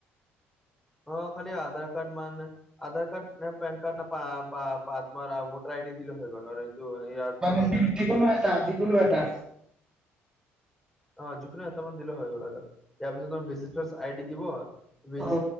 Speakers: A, in the centre; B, on the right.
A: অ, খালি আধাৰ কাৰ্ড মান নাই। আধাৰ কাৰ্ড না পেন কাৰ্ড নে পা, তোমাৰ ভোটাৰ আইডি দিলে হৈ গ'ল আৰু। এইটো ইয়াৰ পিছত
B: মানে
A: হৈ গ'ল।
B: যিকোনো এটা, যিকোনো এটা।
A: অ, যিকোনো এটা মান দিলে হৈ গল আৰু। ইয়াৰ পিছত অই ডি দিব, ভিউজ
B: অ